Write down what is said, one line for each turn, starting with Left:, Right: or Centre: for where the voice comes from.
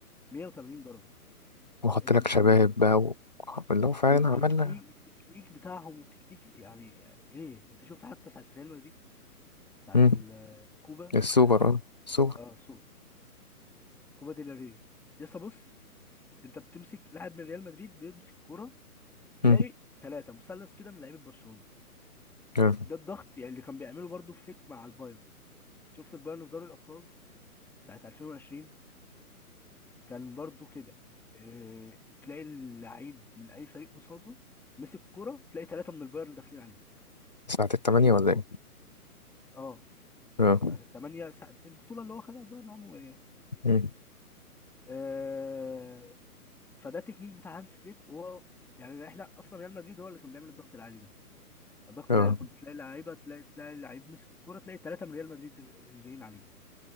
Centre: 180 درجه
Left: واحط
Centre: ال...
Left: لك
Centre: ال...
Left: شباب بقى و... اللي هو فعلا
Centre: والتكتيك
Left: عملنا
Centre: التكنيك بتاعهم والتكتيك يعني ايه انت شفت حتى ساعه ريال مدريد ساعه
Left: مم.
Centre: الكوبا
Left: السوبر
Centre: ساعه
Left: اه السوبر
Centre: اه سو كوبا ديل ري لسه بص انت بتمسك لاعب من ريال مدريد بيمسك كوره
Left: مم.
Centre: بيلاقي ثلاثه مثلث كده من لعيبه برشلونه
Left: اه
Centre: ده الضغط يعني اللي كان بيعمله برضو فليك مع البايرن شفت البايرن في دوري الابطال ساعه 2020 كان برضو كده اه تلاقي اللعيب من اي فريق قصاده مسك كوره تلاقي ثلاثه من البايرن داخلين عليه
Left: ساعة التمانية
Centre: قاطعين
Left: ولا
Centre: الكوره
Left: ايه؟
Centre: اه
Left: اه
Centre: ساعه الثمانيه ساعه البطوله اللي هو خدها البايرن عموما يعني
Left: مم.
Centre: اه فده تكنيك بتاع هانس فليك وهو يعني احنا اصلا ريال مدريد هو اللي كان بيعمل الضغط العالي ده ضغط
Left: اه
Centre: العيال كنت تلاقي لعيبه تلاقي تلاقي لعيب مسك الكوره تلاقي ثلاثه من ريال مدريد جايين عليه